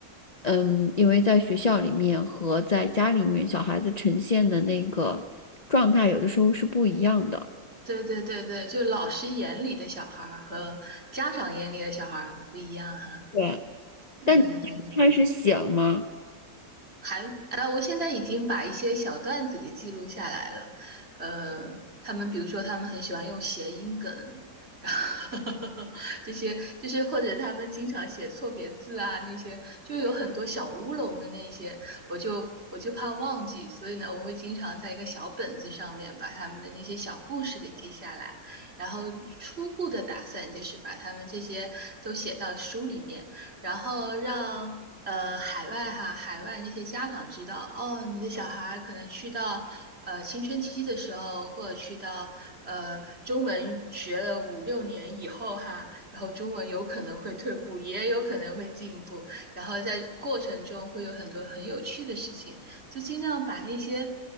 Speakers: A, on the left (about 40°); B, on the right (about 35°).
A: 嗯，因为在学校里面和在家里面，小孩子呈现的那个状态有的时候是不一样的。
B: 对对对对，就老师眼里的小孩儿和家长眼里的小孩儿很不一样哈。
A: 对，
B: 嗯哼嗯哼。
A: 但你开始写了吗？
B: 还，啊，我现在已经把一些小段子给记录下来了。呃，他们比如说，他们很喜欢用谐音梗，然后 <laughs> 这些就是或者他们经常写错别字啊，那些就有很多小乌龙的那些，我就我就怕忘记，所以呢，我会经常在一个小本子上面把他们的那些小故事给记下来，然后初步的打算就是把他们这些都写到书里面。然后让呃海外哈海外那些家长知道，哦，你的小孩可能去到呃青春期的时候，或者去到呃中文学了五六年以后哈，然后中文有可能会退步，也有可能会进步，然后在过程中会有很多很有趣的事情，就尽量把那些